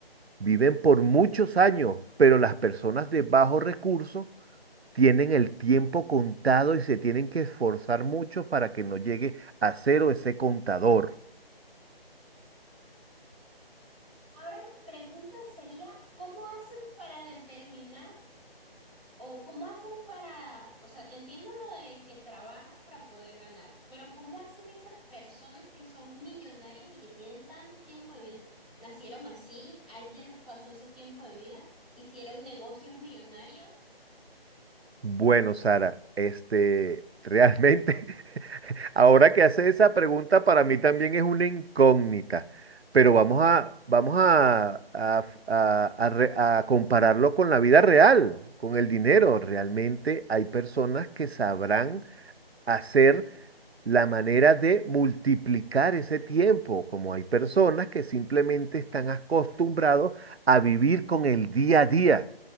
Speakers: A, on the right; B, in the centre.
A: viven por muchos años, pero las personas de bajo recursos tienen el tiempo contado y se tienen que esforzar mucho para que no llegue a cero ese contador.
B: Ahora mi pregunta sería, ¿cómo hacen para determinar? O cómo hacen para, o sea, entiendo lo de que trabajas para poder ganar, pero cómo hacen esas personas que son millonarias y que tienen tanto tiempo de vida. Nacieron así, alguien les pasó ese tiempo de vida, hicieron negocios millonarios.
A: Bueno, Sara, este, realmente, <laughs> ahora que hace esa pregunta, para mí también es una incógnita, pero vamos a, vamos a, a- a- a re- a compararlo con la vida real, con el dinero. Realmente hay personas que sabrán hacer la manera de multiplicar ese tiempo, como hay personas que simplemente están acostumbrados a vivir con el día a día.